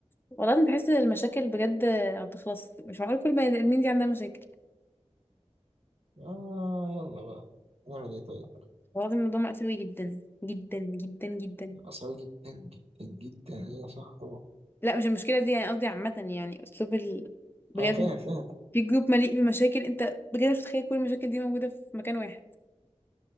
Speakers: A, on the left (about 20°); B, on the right (about 60°).
A: والله انا بحس ان المشاكل بجد ما بتخلص مش معقول كل بني ادمين دي عندها مشاكل
B: اه يلا بقى نعمل ايه طيب
A: والله الموضوع مأساوي جدا جدا جدا جدا
B: عصبي جدا جدا جدا ايه يا صاحبي طبعا
A: لا مش المشكله دي يعني قصدي عامه يعني اسلوب ال... بجد
B: انا فاهم فاهم
A: في جروب مليء بمشاكل انت بجد مش متخيل كل المشاكل دي موجوده في مكان واحد